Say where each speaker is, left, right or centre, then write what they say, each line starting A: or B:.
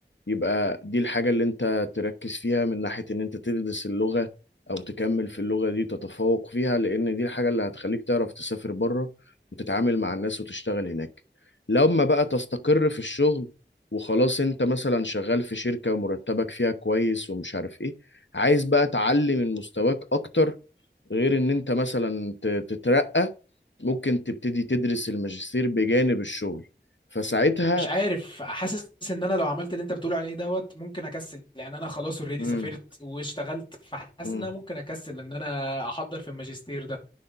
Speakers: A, on the left; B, on the left.
A: يبقى دي الحاجه اللي انت تركز فيها من ناحيه ان انت تدرس اللغه او تكمل في اللغه دي تتفوق فيها لان دي الحاجه اللي هتخليك تعرف تسافر بره وتتعامل مع الناس وتشتغل هناك لما بقى تستقر في الشغل وخلاص انت مثلا شغال في شركه ومرتبك فيها كويس ومش عارف ايه عايز بقى تعلي من مستواك اكتر غير ان انت مثلا ت- تترقى ممكن تبتدي تدرس الماجستير بجانب الشغل فساعتها
B: مش عارف حاسس ان انا لو عملت اللي انت بتقول عليه دوت ممكن اكسل يعني انا خلاص اوريدي
A: امم
B: سافرت واشتغلت فحاسس
A: امم
B: ان انا ممكن اكسل ان انا احضر في الماجستير ده